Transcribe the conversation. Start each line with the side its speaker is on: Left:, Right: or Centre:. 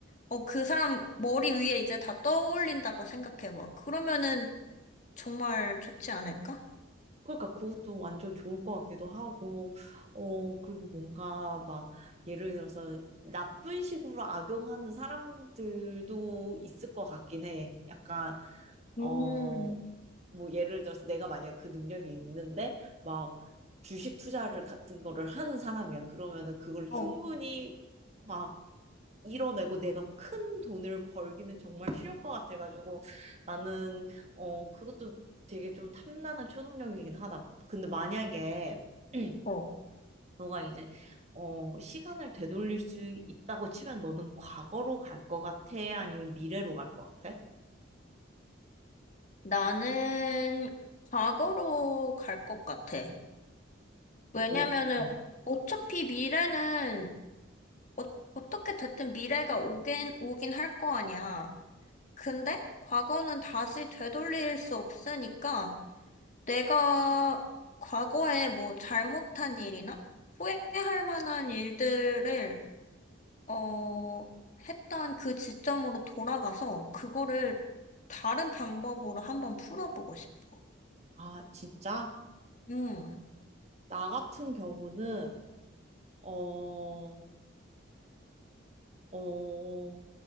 Left: 어, 그 사람 머리 위에 이제 다 떠올린다고 생각해 봐. 그러면은 정말 좋지 않을까?
Right: 그러니까 그것도 완전 좋을 것 같기도 하고, 어, 그리고 뭔가 막, 예를 들어서 나쁜 식으로 악용하는 사람들도 있을 것 같긴 해. 약간,
Left: 음,
Right: 어, 뭐 예를 들어서 내가 만약에 그 능력이 있는데 막 주식 투자를 같은 거를 하는 사람이야. 그러면은 그걸
Left: 어,
Right: 충분히 막 이뤄내고 내가 큰 돈을 벌기는 정말 쉬울 것 같아가지고 나는 어 그것도 되게 좀 탐나는 초능력이긴 하다. 근데 만약에 <clears throat>
Left: 어.
Right: 너가 이제 어 시간을 되돌릴 수 있다고 치면 너는 과거로 갈 것 같아? 아니면 미래로 갈 것 같아?
Left: 나는 과거로 갈 것 같아. 왜냐면은
Right: 왜? 응.
Left: 어차피 미래는, 어, 어떻게 됐든 미래가 오긴, 오긴 할 거 아니야. 근데 과거는 다시 되돌릴 수 없으니까 내가 과거에 뭐 잘못한 일이나 후회할 만한 일들을 어 했던 그 지점으로 돌아가서 그거를 다른 방법으로 한번 풀어보고 싶어.
Right: 아, 진짜?
Left: 음.
Right: 나 같은 경우는, 어, 어,